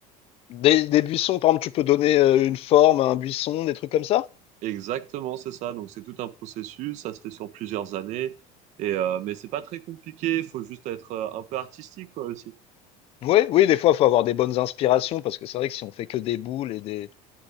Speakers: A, on the left (about 35°); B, on the right (about 40°).
A: Des, des buissons, par exemple, tu peux donner euh, une forme à un buisson, des trucs comme ça?
B: Exactement, c'est ça. Donc c'est tout un processus, ça se fait sur plusieurs années. Et euh, mais c'est pas très compliqué, il faut juste être euh, un peu artistique quoi aussi.
A: Oui, oui, des fois, il faut avoir des bonnes inspirations parce que c'est vrai que si on fait que des boules et des,